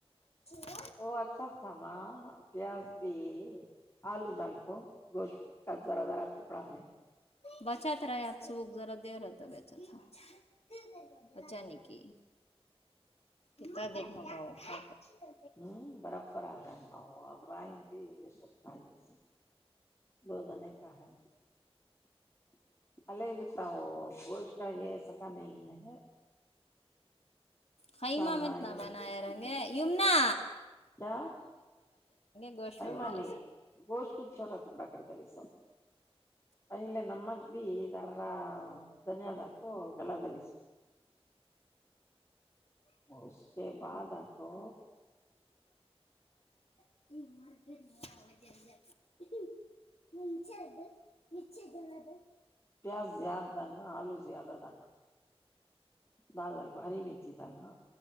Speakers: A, on the left; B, on the left.
A: <inaudible>
B: وہ اچھا اچ تھااما پیاز بھی آلو ڈالکھو گوشت <inaudible> کچ ذرا ذرا ٹکڑا میں <inaudible>
A: بچت رہا آج صبح ذرا دے رہتا بیچا تھ <inaudible> پچا ن کی ات دن ہوگا آا <inaudible> ہ <inaudible>
B: ہوں برابر آام ن آب رائم بھی سپ <inaudible> ج دو جنے کا ہے <inaudible> اللہ ایک گت نا وہ <inaudible> وہ اس کا یہ ایس کا نہیں ہے
A: خیمہ
B: سال
A: میں
B: ناگن
A: اتنا بنایا رہ ومنا
B: کیا
A: گوشت
B: ہی
A: میں بنائے
B: م نے گوشت کچھ چھوٹا ٹکڑا کرتا ل سب ائل نمگ بھی اار دھنیہ د آ کوو گلہل س اس کے بعد آکو
A: <unintelligible> مچ ادر ج میں تھ
B: پیاس زیاد دان نا آلوزیاد دان دال دال کو ہری مرچ دالناا